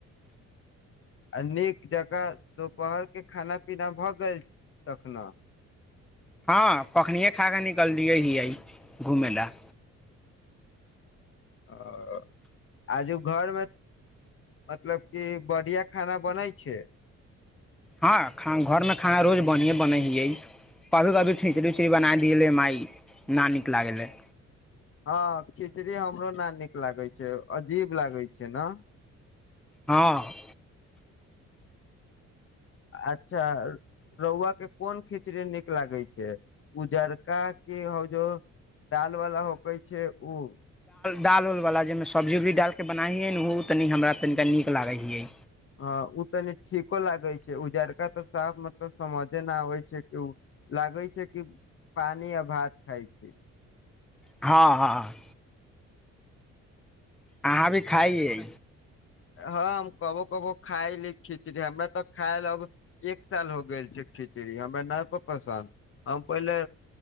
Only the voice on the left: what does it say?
आ नीक जकाँ दुोपहरके खाना पीना भऽ गेल तखन
आ आजू घरमे मतलब कि बढ़िआँ खाना बनै छै
हँ खिचड़ी हमरो ने नीक लागैत छै अजीब लागै छै ने
अच्छा रहुआ के कोन खिचड़ी नीक लागै छै उजरका की ह जो दालवला होकै छै ओ
अ ओ तनि ठीको लागै छै उजड़का तऽ साफ मतलब समझे नहि आबै छै कि ओ लागै छै कि पानि आ भात खाइ छै
हँ हम कबो कबो खाायली खिचड़ी हमरा तऽ खायल अब एक साल हो गेल छै खिचड़ी हमरा नहि को पसन्द हम पहिले